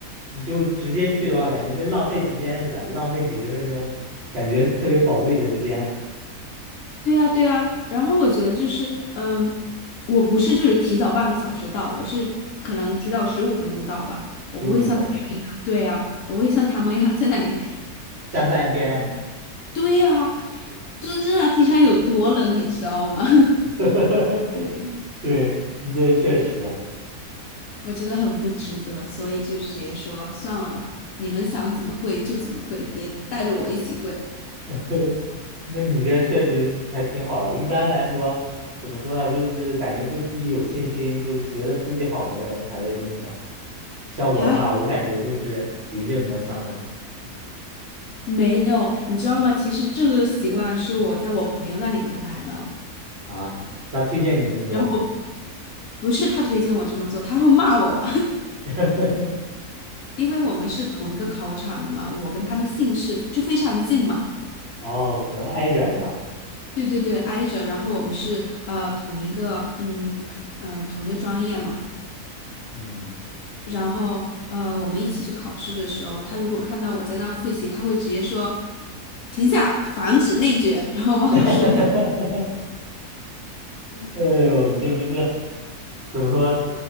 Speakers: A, on the right; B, on the left.
A: 你就直接去的话，感觉跟浪费时间似的，浪费几十分钟，感觉特别宝贵的时间。
B: 对呀，对呀，然后我觉得就是，嗯，我不是就是提早半个小时到，我是可能提早十五分钟到吧，
A: 十五分钟，
B: 我不会像别人一样，对呀，我不会像他们一样 <laughs> 在那里
A: 站半天。
B: <laughs>，对呀，真正的地上有多冷，你知道吗？
A: <laughs> 对，你这确实啊，
B: 我觉得很不值得，所以就直接说算了吧，你们想怎么跪就怎么跪，别带着我一起跪。
A: <laughs> 那你这确实还挺好的。一般来说，怎么说呢？就是感觉对自己有信心，就觉得自己好的人才会这么想。像我的话，
B: 还好
A: 我感觉都是临阵磨枪的
B: 没有，你知道吗？其实这个习惯是我在我朋友那里得来的，
A: 啊。是他推荐你这么做吗？
B: 然后不是他推荐我这么做，他会骂我，
A: <laughs>
B: <laughs> 因为我们是同一个考场的嘛，我跟他的姓氏就非常近嘛。
A: 哦，可能挨着是吧？
B: 对对对，挨着，然后我们是呃同一个嗯呃同一个专业嘛。
A: 嗯，
B: 然后呃，我们一起去考试的时候，他如果看到我在那复习，他会直接说：“停下，防止内卷。<laughs>”然后把我书给。
A: <laughs> 哎呦，这不是怎么说？